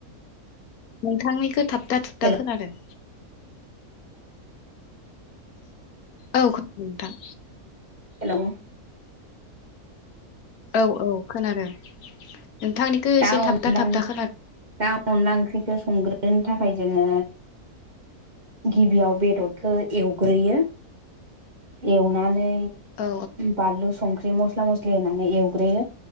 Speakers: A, on the left; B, on the right.
A: नोंथांनिखौ थाबथा थुबथा
B: हेल'
A: खोनादों। औ खोनांदों नोंथां।
B: हेल'।
A: औ औ खोनादों नोंथांनिखौ एसे
B: दा
A: थाबथा
B: अनला
A: थाबथा खोनादों।
B: दा अनला ओंख्रिखौ संग्रोनो थाखाय जोङो गिबियाव बेदर खो एवग्रोयो एवनानै
A: औ
B: बानलु संख्रि ख्रि मस्ला मस्लि होनानै एवग्रोयो